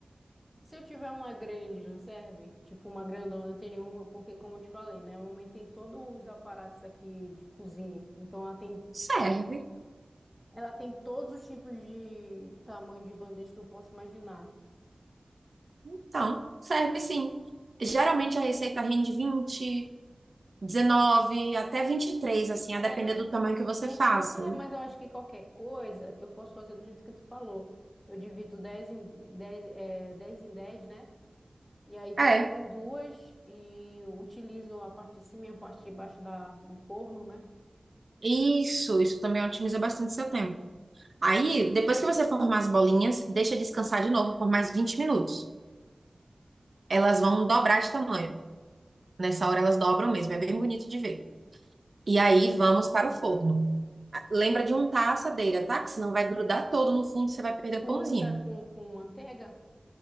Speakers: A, on the left (about 15°); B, on the right (about 60°).
A: Se eu tiver uma grande, não serve? Tipo, uma grandona, tem nenhuma, porque como eu te falei, né? A mamãe tem todos os aparatos aqui de cozinha. Então ela tem,
B: Serve.
A: ela tem todos os tipos de tamanho de bandeja que tu possa imaginar.
B: Então, serve sim. Geralmente a receita rende 20, 19, até 23, assim,
A: É,
B: a depender
A: não.
B: do tamanho que você
A: Uhum,
B: faça.
A: é, mas eu acho que qualquer coisa eu posso fazer do jeito que tu falou. Eu divido 10 em 10 é, 10 em 10 né? E aí coloco
B: É,
A: em duas e utilizo a parte de cima e a parte de baixo da, do forno, né?
B: isso, isso também otimiza bastante seu tempo. Aí, depois que você formar as bolinhas, deixa descansar de novo por mais 20 minutos. Elas vão dobrar de tamanho. Nessa hora elas dobram mesmo, é bem bonito de ver. E aí vamos para o forno. Lembra de untar a assadeira, tá? Que senão vai grudar todo no fundo e você vai perder
A: Tu
B: o pãozinho.
A: unta com, com manteiga?